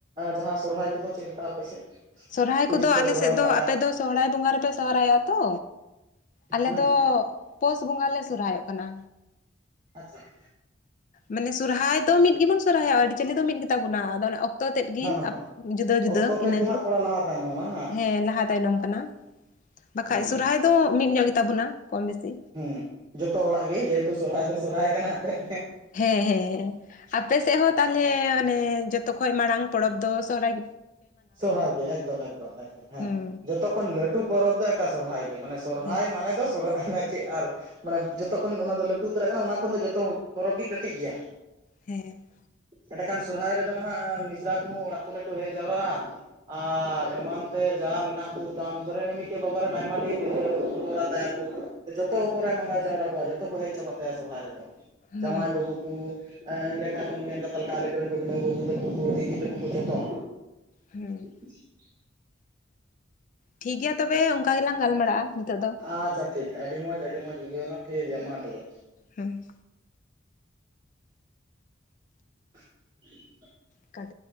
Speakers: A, on the right; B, on the left.
A: ᱡᱟᱦᱟᱸ ᱥᱚᱨᱦᱟᱭ ᱠᱚᱫᱚ ᱪᱮᱫ ᱞᱮᱠᱟ ᱟᱯᱮ ᱥᱮᱫ
B: ᱥᱚᱨᱦᱟᱭ
A: ᱛᱤᱥ
B: ᱠᱚᱫᱚ
A: ᱯᱮ
B: ᱟᱞᱮ
A: ᱥᱚᱨᱦᱟᱭ
B: ᱥᱮᱫ
A: ᱵᱟᱲᱟᱜᱼᱟ
B: ᱫᱚ ᱟᱯᱮ ᱫᱚ ᱥᱚᱨᱦᱟᱭ ᱵᱚᱸᱜᱟ ᱨᱮᱯᱮ ᱥᱚᱦᱚᱨᱟᱭᱚᱜᱼᱟ ᱛᱚ ᱟᱞᱮ
A: ᱦᱮᱸ
B: ᱫᱚ ᱯᱩᱥ ᱵᱚᱸᱜᱟ ᱞᱮ ᱥᱚᱨᱦᱟᱭᱚᱜ ᱠᱟᱱᱟ
A: ᱟᱪᱪᱷᱟ <inaudible>
B: ᱢᱟᱱᱮ ᱥᱚᱨᱦᱟᱭ ᱫᱚ ᱢᱤᱫ ᱜᱮᱵᱚᱱ ᱥᱚᱨᱦᱟᱭᱜ ᱟᱹᱨᱤᱪᱟᱹᱞᱤ ᱫᱚ ᱢᱤᱫ ᱜᱮ ᱛᱟᱵᱚᱱᱟ ᱟᱫᱚ ᱚᱱᱮ ᱡᱚᱛᱚ ᱛᱮᱫ ᱜᱮ
A: ᱦᱮᱸ ᱦᱮᱸ ᱦᱮᱸ
B: ᱡᱩᱫᱟᱹ
A: ᱚᱠᱛᱚ
B: ᱡᱩᱫᱟᱹ
A: ᱛᱮᱫ
B: ᱤᱱᱟᱹᱜᱮ
A: ᱜᱮ ᱦᱟᱸᱜ ᱛᱷᱚᱲᱟ ᱞᱟᱦᱟ ᱛᱟᱭᱱᱚᱢ ᱵᱟᱝᱟ
B: ᱦᱮᱸ ᱞᱟᱦᱟ ᱛᱟᱭᱱᱚᱢ ᱠᱟᱱᱟ ᱵᱟᱠᱷᱟᱡ
A: ᱦᱮᱸ
B: ᱥᱚᱨᱦᱟᱭ ᱫᱚ ᱢᱤᱫ ᱧᱚᱜ ᱜᱮ ᱛᱟᱵᱚᱱᱟ ᱠᱚᱢ ᱵᱮᱥᱤ
A: ᱦᱮᱸ ᱡᱚᱛᱚ ᱦᱚᱲᱟᱜ ᱜᱮ ᱡᱮᱦᱮᱛᱩ ᱥᱚᱨᱦᱟᱭ ᱫᱚ ᱥᱚᱨᱦᱟᱭ ᱠᱟᱱᱟ᱾ ᱛᱮᱫ
B: ᱦᱮᱸ ᱦᱮᱸ ᱟᱯᱮ ᱥᱮᱫ ᱦᱚᱸ ᱛᱟᱦᱚᱞᱮ ᱚᱱᱮ ᱡᱚᱛᱚ ᱠᱷᱚᱡ ᱢᱟᱲᱟᱝ ᱯᱚᱨᱚᱵᱽ ᱫᱚ ᱥᱚᱦᱚᱨᱟᱭ
A: ᱥᱚᱨᱚᱦᱟᱭ ᱜᱮ ᱮᱠᱫᱚᱢ ᱮᱠᱫᱚᱢ ᱮᱠᱫᱚᱢ ᱦᱮᱸ
B: ᱦᱩᱸ
A: ᱡᱚᱛᱚ ᱠᱷᱚᱱ ᱞᱟᱹᱴᱩ ᱯᱚᱨᱚᱵᱽ ᱫᱚ ᱮᱠᱟ ᱥᱚᱨᱦᱟᱭ ᱜᱮ ᱢᱟᱱᱮ ᱥᱚᱨᱦᱟᱭ
B: ᱦᱮᱸ
A: ᱢᱟᱱᱮ ᱫᱚ ᱪᱮᱫ ᱟᱨ ᱢᱟᱱᱮ ᱡᱚᱛᱚ ᱠᱷᱚᱱ ᱚᱱᱟ ᱫᱚ ᱞᱟᱹᱴᱩ ᱩᱛᱟᱹᱨᱟᱜ ᱠᱟᱱᱟ ᱚᱱᱟ ᱠᱷᱚᱱ ᱫᱚ ᱡᱚᱛᱚ ᱯᱚᱨᱚᱵᱽ ᱜᱮ ᱠᱟᱹᱴᱤᱡ ᱜᱮᱭᱟ
B: ᱦᱮᱸ
A: ᱮᱸᱰᱮᱠᱷᱟᱱ ᱥᱚᱨᱦᱟᱭ ᱨᱮᱫᱚ ᱦᱟᱜ ᱢᱤᱥᱨᱟ ᱠᱚᱦᱚᱸ ᱚᱲᱟᱜ ᱠᱚᱨᱮ ᱠᱚ ᱦᱮᱡ ᱡᱟᱣᱨᱟᱜᱼᱟ᱾ ᱟᱨ ᱮᱢᱟᱱ ᱛᱮ ᱡᱟ ᱢᱮᱱᱟᱜ ᱠᱚ ᱛᱟᱢ ᱫᱷᱚᱨᱮ ᱢᱤᱫᱴᱮᱡ ᱵᱟᱵᱟ ᱨᱮᱱ ᱟᱭᱢᱟ ᱰᱷᱮᱨ ᱦᱚᱯᱚᱱ ᱮᱨᱟ ᱛᱟᱭᱟᱠᱚ ᱡᱚᱛᱚ ᱯᱚᱨᱟᱭ ᱢᱟᱸᱜᱟᱣ ᱡᱟᱣᱨᱟ ᱠᱚᱣᱟ ᱡᱚᱛ ᱠᱚ ᱦᱮᱡ ᱪᱟᱵᱟᱜ ᱛᱟᱭᱟ ᱥᱚᱨᱦᱟᱭ ᱨᱮᱫᱚ
B: ᱦᱩᱸ
A: ᱡᱟᱶᱟᱭ ᱵᱟᱹᱵᱩ ᱮᱸᱰᱮᱠᱷᱟᱱ ᱢᱮᱱ ᱠᱟᱛ ᱞᱮᱠᱟ ᱟᱞᱮ ᱠᱚᱨᱮᱱᱟᱹᱣ ᱵᱟᱹᱵᱩ ᱛᱟᱠᱚ ᱠᱚ ᱫᱤᱫᱤ ᱛᱟᱠᱚ ᱠᱚ ᱡᱚᱛᱚ᱾
B: ᱦᱮᱸ
A: <unintelligible>
B: ᱴᱷᱤᱠᱜᱮᱭᱟ ᱛᱚᱵᱮ ᱚᱱᱠᱟ ᱜᱮᱞᱟᱝ ᱜᱟᱞᱢᱟᱨᱟᱜᱼᱟ ᱱᱤᱛᱚᱜ ᱫᱚ᱾
A: ᱟᱪᱪᱷᱟ ᱴᱷᱤᱠ ᱟᱹᱰᱤ ᱢᱚᱸᱡᱽ ᱟᱹᱰᱤ ᱢᱚᱸᱡᱽ ᱵᱩᱡᱷᱟᱹᱣ ᱮᱱᱟ ᱴᱷᱤᱠ ᱜᱮᱭᱟ ᱢᱟ ᱛᱚᱵᱮ᱾
B: ᱦᱮᱸ
A: <unintelligible>
B: ᱠᱟᱴ